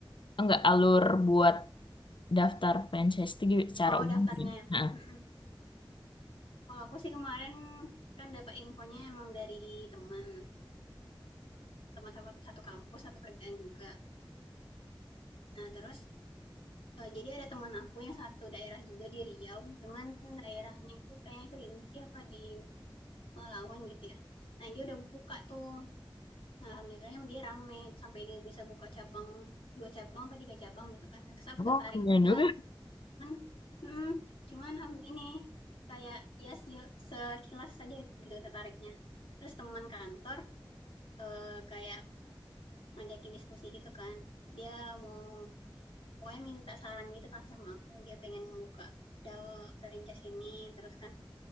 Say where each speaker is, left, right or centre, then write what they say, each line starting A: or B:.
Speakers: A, on the left (about 65°); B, on the left (about 85°).
A: enggak alur buat daftar franchise itu gi- secara
B: Oh,
A: umum
B: daftarnya
A: gimana?
B: ya. Mm-mm. Kalau aku sih kemarin kan dapat infonya emang dari teman, teman satu, satu kampus, satu kerjaan juga. Nah, terus eh, jadi ada teman aku yang satu daerah juga di Riau, cuman daerahnya itu kayaknya Kerinci apa di Palawan gitu ya. Nah, dia udah buka tuh. Nah, alhamdulillahnya dia rame sampai dia bisa buka cabang dua cabang apa tiga cabang gitu kan. Nah, terus aku
A: Oh,
B: tertarik
A: keren
B: juga.
A: juga.
B: Cuman, mm, cuman aku ini kayak ya se- sekilas saja gitu tertariknya. Terus teman kantor eh, kayak ngajakin diskusi gitu kan. Dia mau pokoknya minta saran gitu kan sama aku. Dia pengen buka DAO franchise ini terus kan.